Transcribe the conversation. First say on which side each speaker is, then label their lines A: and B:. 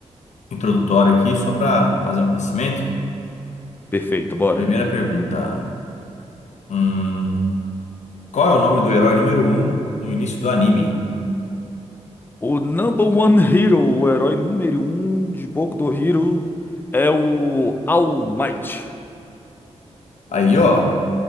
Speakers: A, on the left (about 80°); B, on the left (about 15°).
A: introdutório aqui só para fazer um aquecimento.
B: Perfeito, bora.
A: Primeira pergunta. Hum, Qual é o nome do herói número um no início do anime?
B: O number one hero, o herói número um de Boku no Hero, é o All Might.
A: Aí, ó,